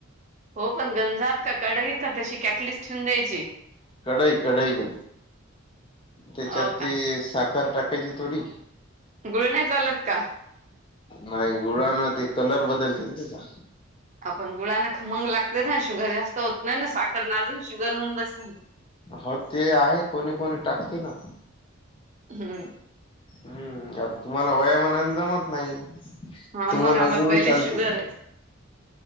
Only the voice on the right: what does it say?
हो पण गंजात का कढाईत का तशी कॅटलीस ठेवून द्यायची.
हो का
गुळ नाही चालत का.
आपण गुळाना खमंग लागते ना, शुगर जास्त होत नाही ना, साखरन अजून शुगर होऊन बसल.
हम्म.
हा
मग आम्हाला
पहिले
शुगर
आहे.